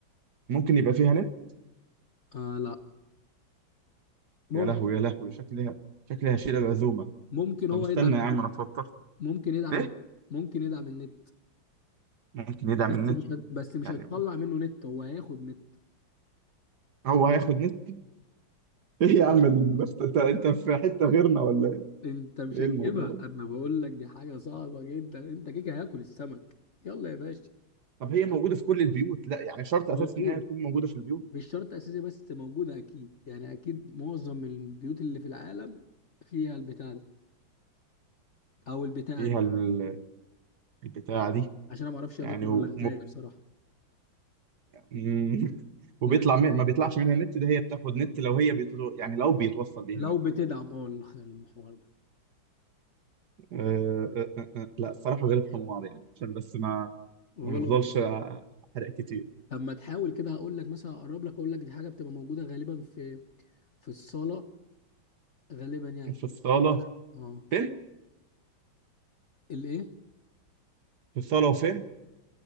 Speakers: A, on the right; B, on the left.
A: ممكن يبقى فيها نت
B: آه لا ممكن
A: يا لهوي يا لهوي شكلها شكلها شيل العزومه
B: ممكن
A: طب
B: هو
A: استنى
B: يدعم النت
A: يا عم انا اتوترت
B: ممكن يدعم
A: ايه
B: النت ممكن يدعم النت
A: ممكن يدعم
B: بس
A: النت
B: مش هت... بس مش
A: يعني
B: هتطلع منه نت هو هياخد نت
A: هو هياخد نت ايه
B: مم.
A: يا عم ال- انت انت في حته غيرنا ولا ايه
B: انت مش
A: إيه
B: هتجيبها
A: الموضوع ده
B: انا بقول لك دي حاجه صعبه جدا انت كيكه هياكل السمك يلا يا باشا
A: طب هي موجوده في كل البيوت لا يعني شرط
B: موجود
A: اساسي انها تكون موجوده في البيوت
B: مش شرط اساسي بس موجوده اكيد يعني اكيد معظم البيوت اللي في العالم فيها البتاع ده او البتاعه
A: فيها
B: دي
A: ال- البتاعه دي
B: عشان انا ما اعرفش
A: يعني
B: اذاكر
A: وم...
B: ولا انتهي بصراحه
A: مم. <laughs> وبيطلع
B: يعني
A: من... ما بيطلعش منها نت ده هي بتاخد نت لو هي بيت... يعني لو بيتوصل بيها
B: لو
A: نت
B: بتدعم اه الح- المحور ده
A: أه... أه... أه... أه. لا الصراحه غير حمار يعني عشان بس ما ما
B: غلط
A: نفضلش احرق كتير
B: طب ما تحاول كده هقول لك مثلا اقرب لك اقول لك دي حاجه بتبقى موجوده غالبا في في الصاله غالبا يعني
A: في الصاله
B: اه
A: فين
B: الايه
A: في الصاله وفين